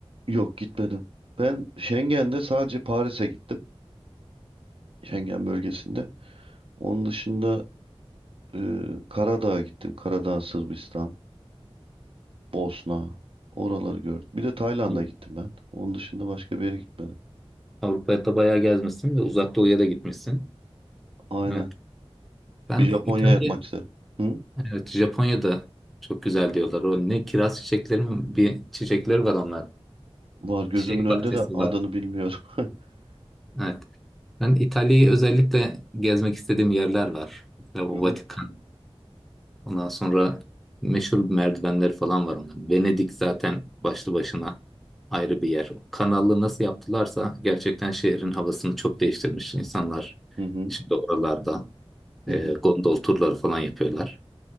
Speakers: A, on the right; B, in the centre.
A: Yok gitmedim. Ben Schengen'de sadece Paris'e gittim. Schengen bölgesinde. Onun dışında e, Karadağ'a gittim. Karadağ, Sırbistan, Bosna. Oraları gördük. Bir de Tayland'a
B: Evet.
A: gittim ben. Onun dışında başka bir yere gitmedim.
B: Avrupa'da bayağı gezmişsin ve Uzak Doğu'ya da gitmişsin.
A: Aynen.
B: Evet. Ben
A: Bir Japonya
B: İtalya
A: yapmak isterim. Hı?
B: Evet, Japonya'da çok güzel diyorlar. O ne kiraz çiçekleri mi? Bir çiçekleri var onlar.
A: Var gözümün
B: Çiçek
A: önünde
B: bahçesi
A: de adını
B: var.
A: bilmiyorum. <laughs>
B: Evet. Ben İtalya'yı özellikle gezmek istediğim yerler var. Mesela o
A: Hı hı.
B: Vatikan. Ondan sonra meşhur merdivenleri falan var onların. Venedik zaten başlı başına ayrı bir yer. O kanalı nasıl yaptılarsa gerçekten şehrin havasını çok değiştirmiş. İnsanlar
A: Hı hı.
B: şimdi oralarda
A: Hı
B: e,
A: hı.
B: gondol turları falan yapıyorlar.